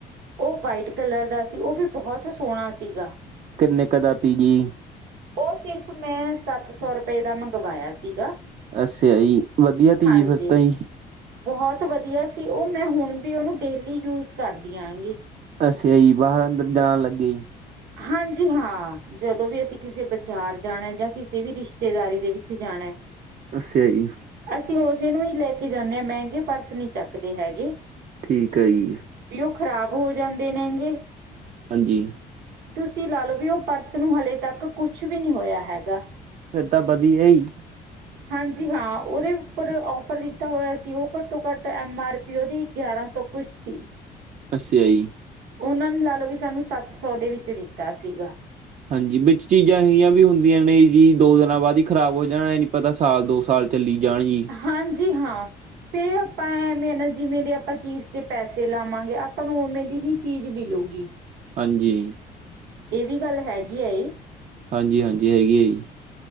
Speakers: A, on the right; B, on the right.
A: ਓ ਵਾਈਟ ਕਲਰ ਦਾ ਸੀ। ਓ ਵੀ ਬਹੁਤ ਸੋਹਣਾ ਸੀਗਾ।
B: ਕਿੰਨੇ ਕੁ ਦਾ ਤੀ ਜੀ।
A: ਓ ਸਿਰਫ਼ ਮੈਂ ਸੱਤ ਸੌ ਰੁਪਏ ਦਾ ਮੰਗਵਾਇਆ ਸੀਗਾ।
B: ਅੱਛਿਆ ਈ। ਵਧੀਆ ਤੀ
A: ਹਾਂਜੀ
B: ਫਿਰ ਤਾਂ ਈ।
A: ਬਹੁਤ ਵਧੀਆ ਸੀ। ਉਹ ਮੈਂ ਹੁਣ ਵੀ ਉਹਨੂੰ ਡੇਲੀ ਯੂਜ ਕਰਦੀ ਆਂਗੀ।
B: ਅੱਛੇ ਜੀ। ਬਾਹਰ-ਅੰਦਰ ਜਾਣ ਲੱਗੇ ਜੀ?
A: ਹਾਂਜੀ, ਹਾਂ। ਜਦੋਂ ਵੀ ਅਸੀਂ ਕਿਸੇ ਬਾਜ਼ਾਰ ਜਾਣਾ ਜਾਂ ਕਿਸੇ ਵੀ ਰਿਸ਼ਤੇਦਾਰੀ ਦੇ ਵਿੱਚ ਜਾਣਾ।
B: ਅੱਛਿਆ ਜੀ।
A: ਅਸੀਂ ਉਸੇ ਨੂੰ ਹੀ ਲੈ ਕੇ ਜਾਂਦੇ ਹਾਂ। ਮਹਿੰਗੇ ਪਰਸ ਨਹੀਂ ਚੱਕਦੇ ਹੈਗੇ।
B: ਠੀਕ ਹੈ ਜੀ।
A: ਵੀ ਉਹ ਖ਼ਰਾਬ ਹੋ ਜਾਂਦੇ ਮਹਿੰਗੇ।
B: ਹਾਂਜੀ।
A: ਤੁਸੀਂ ਲਾ ਲਓ ਵੀ ਉਹ ਪਰਸ ਨੂੰ ਹਲੇੇ ਤੱਕ ਕੁਛ ਵੀ ਨਹੀਂ ਹੋਇਆ ਹੈਗਾ।
B: ਫਿਰ ਤਾਂ ਵਧੀਆ ਹੀ।
A: ਹਾਂਜੀ ਹਾਂ, ਉਹਦੇ ਉੱਪਰ ਔਫਰ ਦਿੱਤਾ ਹੋਇਆ ਸੀ। ਔਫਰ ਤੋਂ ਘੱਟ ਐਮ ਆਰ ਧ ਓਦੀ ਗਿਆਰਾਂ ਸੌ ਕੁਛ ਸੀ।
B: ਅੱਛਾ ਜੀ।
A: ਉਹਨਾਂ ਨੇ ਲਾ ਲਓ ਵੀ ਸਾਨੂੰ ਸੱਤ ਸੌ ਦੇ ਵਿੱਚ ਦਿੱਤਾ ਸੀਗਾ।
B: ਹਾਂਜੀ ਵਿੱਚ ਚੀਜ਼ਾਂ ਅੋਹੀਆਂ ਵੀ ਹੁੰਦੀਆਂ ਨੇ ਜੀ, ਦੋ ਦਿਨਾਂ ਬਾਅਦ ਹੀ ਖਰਾਬ ਹੋ ਜਾਣਾ ਪਤਾ ਸਾਲ ਦੋ ਸਾਲ ਚੱਲੀ ਜਾਣ ਜੀ।
A: ਹਾਂਜੀ, ਹਾਂ। ਫਿਰ ਆਪਾਂ ਐਵੇਂ ਨਾ ਜਿਵੇਂ ਦੇ ਆਪਾਂ ਚੀਜ਼ ਤੇ ਪੈਸੇ ਲਾਵਾਂਗੇ ਆਪਾਂ ਨੂੰ ਉਵੇਂ ਦੀ ਹੀ ਚੀਜ਼ ਮਿਲੁਗੀ।
B: ਹਾਂਜੀ।
A: ਇਹ ਵੀ ਗੱਲ ਹੈਗੀ ਹੈ ਇਹ?
B: ਹਾਂਜੀ-ਹਾਂਜੀ, ਹੈਗੀ ਹੈ ਜੀ।